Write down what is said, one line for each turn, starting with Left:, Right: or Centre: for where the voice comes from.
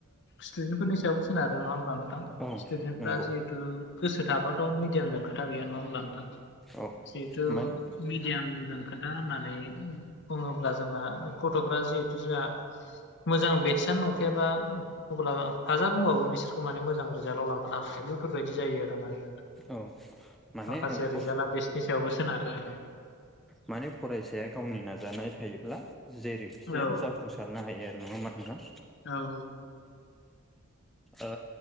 Left: स्टुदेन्ट फोरनि सायावबो सोनारो नङा होनब्ला नोंथां
Centre: औ
Left: स्टुडेन्टफ्रा
Centre: नंगौ
Left: जिहेतु गोसो थाबाथ मिडियामजों खोथा गैया नङा होनब्ला नोंथां
Centre: औ
Left: जिहेथु
Centre: मान
Left: मिडियामजों खोथा होननानै बुङोब्ला जोंहा गथ'फ्रा जिहेथु जोंहा मोजां बेदसानो नंखायाबा अब्ला हाजार बुङाबो बिसोरखौ माने मोजां रिजाल्टआव लाबोनो हाखाया बेफोरबायदि जायो आरो माने
Centre: औ माने
Left: माखासे
Centre: फ
Left: रिजाल्टआ बेथसनि सायावबो सोनारो आरो
Centre: माने फरायसाया गावनि नाजानाय थायोब्ला जेरैखि जाया
Left: औ
Centre: जाफुंसार नो हायो नङा होमबा नोंथां
Left: औ
Centre: औ